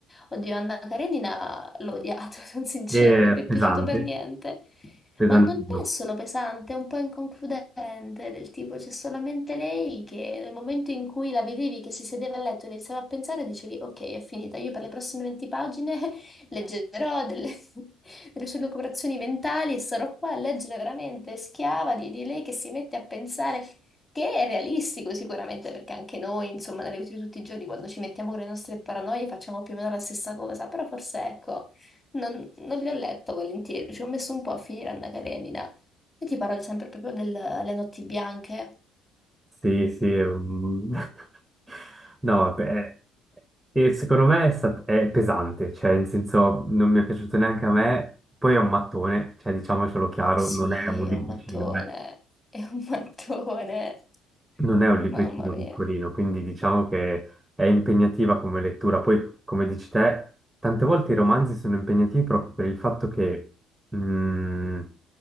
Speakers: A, on the left (about 15°); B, in the centre.
A: Oddio, Anna Karenina l'ho odiato, <laughs> sono sincera,
B: è
A: non mi è
B: pesante,
A: piaciuto per niente.
B: pesantino.
A: Ma non è solo pesante, è un po' inconcludente, del tipo c'è solamente lei che nel momento in cui la vedevi che si sedeva a letto e iniziava a pensare, dicevi ok, è finita, io per le prossime 20 pagine <laughs> leggerò delle, <laughs> delle sue lucubrazioni mentali e sarò qua a leggere veramente schiava di, di lei che si mette a pensare. Che è realistico sicuramente, perché anche noi, insomma, nella vita di tutti i giorni, quando ci mettiamo con le nostre paranoie, facciamo più o meno la stessa cosa, però forse, ecco, non, non li ho letto volentieri, ci ho messo un po' a finire Anna Karenina. Io ti parlo sempre proprio delle notti bianche.
B: Sì, sì, è un- <laughs> no, vabbè, e secondo me è, stat- è pesante, cioè, in senso, non mi è piaciuto neanche a me, poi è un mattone, cioè, diciamocelo chiaro,
A: Sì,
B: non è un
A: è
B: libricino,
A: un mattone,
B: eh.
A: è un <laughs> mattone,
B: Non è un libricino
A: mamma mia.
B: piccolino, quindi diciamo che è impegnativa come lettura. Poi, come dici te, tante volte i romanzi sono impegnativi proprio per il fatto che, mhmm,